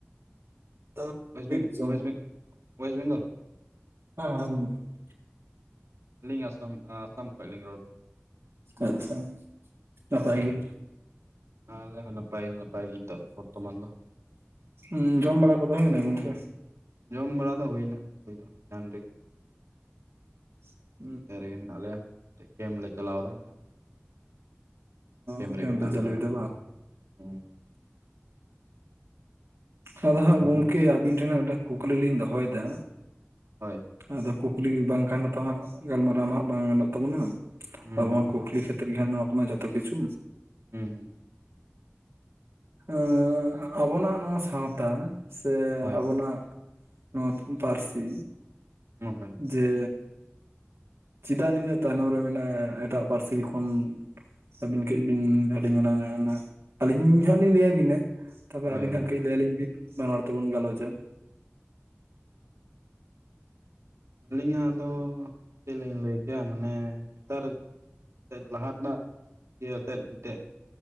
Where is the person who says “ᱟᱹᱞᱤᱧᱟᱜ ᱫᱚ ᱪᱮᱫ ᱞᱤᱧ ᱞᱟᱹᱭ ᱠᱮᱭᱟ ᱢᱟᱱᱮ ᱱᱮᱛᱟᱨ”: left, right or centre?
Right